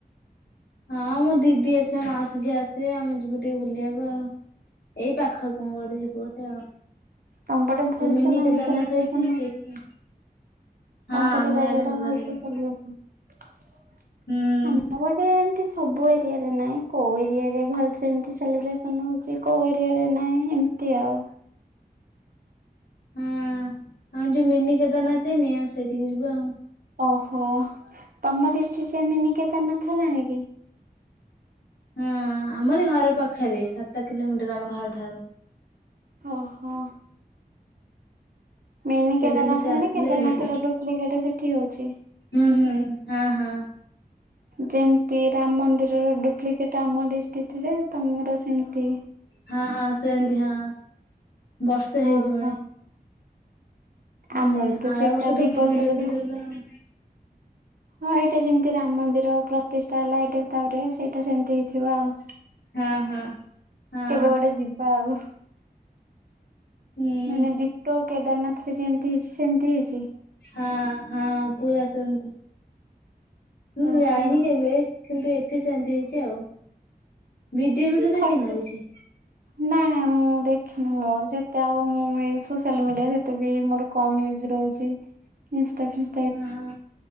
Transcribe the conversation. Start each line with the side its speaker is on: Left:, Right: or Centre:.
Left: ହଁ ମୋ ଦିଦି ଅଛି ଆଉ ମାଉସୀ ଝିଅ ଆସିବେ ଆମେ ଯିବୁ ଟିକେ ବୁଲିବାକୁ ଆଉ ଏଇ ପାଖ କଣ ଗୋଟେ ଯିବୁ ଗୋଟେ ଆଉ
Right: ତମପଟେ ଭଲସେ
Left: ମିନି
Right: ମାନେ
Left: କେଦାରନାଥ
Right: ସେହିବରର୍ସ
Left: ହେଇଛି
Right: ହଉଚି
Left: ସେଇଠି ହଁ
Right: ତମପଟେ
Left: ଆମ
Right: ରଜ
Left: ଇଆଡେ
Right: ଟା
Left: ଭଲ
Right: ଭଲସେ
Left: ରହିବ
Right: ସେଲିବର୍ସନ ହୋ
Left: ହୁଁ।
Right: ଆମ ଗୋଟେ ଏମତି ସବୁ ଏରିଆରେ ନାଇଁ କୋଉ ଏରିଆ ରେ ଭଲ ସେ ସେମତି ସେଲିବ୍ରେସନ ହଉଛି କୋଉ ଏରିଆରେ ନହିଁ ଏମିତି ଆଉ।
Left: ହଁ ଆଉ ଯୋଉ ମିନି ଜଗନ୍ନାଥ ନି ଆଉ ସେଇଠିକି ଯିବୁ ଆଉ
Right: ଓହୋ ତମ ଡିଷ୍ଟ୍ରିକ୍ଟରେ ଏମିନି ଥ ହେଲାଣି କି?
Left: ହଁ ଆମରଟ ଝ ଘର ପାଖରେ ସାତ କିଲୋମିଟର ଆମ ଘର ଠାରୁ। -
Right: ଓହୋ। ମିନି
Left: ସେଇଠିକି
Right: କେଦାରନାଥ
Left: ସେ
Right: ମାନେ
Left: ଆସିଲେ
Right: କେଦାରନାଥ
Left: ଯିବୁ
Right: ର ଡୁପ୍ଲିକେଟ ସେଠି ହଉଛି।
Left: ହୁଁ ହୁଁ ହଁ ହଁ।
Right: ଯେମିତି ରାମ ମନ୍ଦିରର ଡ଼ୁପ୍ଲିକେଟ ଆମ ଡିଷ୍ଟ୍ରିଟିରେ ତମର ସେମତି।
Left: ହଁ ହଁ ସେମ୍ତି ହଁ ବର୍ଷେ ହେଇଯିବଣି।
Right: ଓହୋ
Left: ହଁ
Right: ଆମର
Left: ଏଇ
Right: ତ
Left: ଆର
Right: ସେଇଟା
Left: ବର୍ଷ ତ
Right: ଦି
Left: ଫୁଲ୍ ହେଇଥିଲେ
Right: ବୋଧେ
Left: ପୁରା ଆଉ।
Right: ହଁ ହେଇଟା ଯେମିତି ରାମ ମନ୍ଦିର ପ୍ରତିଷ୍ଠା ହେଲା ଏଇଟା ବି ତାପରେ ସେଇଟା ସେମିତି ହେଇଥିବ ଆଉ।
Left: ହଁ ହଁ। ହଁ
Right: କେବେ ଗୋଟେ ଯିବା ଆଉ।
Left: ହୁଁ
Right: ମାନେ ଡ଼ିଟୋ କେଦାରନାଥ ରେ ଯେମିତି ହେଇଛି ସେମିତି ହେଇଛି?
Left: ହଁ ହଁ ପୁରା ସେମତି ମୁଁ
Right: ଓହୋ
Left: ଯାଇନି କେବେ। କିନ୍ତୁ ଏଠି ସେନ୍ତି ହେଇଛି ଆଉ ଭିଡ଼ିଓ ଫିଡ଼ିଓ ଦେଖିନ
Right: ଫଟ
Left: କିଛି?
Right: ନାଇଁ ନାଇଁ ମୁଁ ଦେଖିନି ମୋର ଯେତ୍ ତେ ଆଉ ମୁଁ ଏ ସୋସିଆଲ ମିଡ଼ିଆ ସେତେବି ମୋର କମ ୟୁଜ ରହୁଛି ଇନଷ୍ଟା ଫିନ୍ସ
Left: ଓହୋ।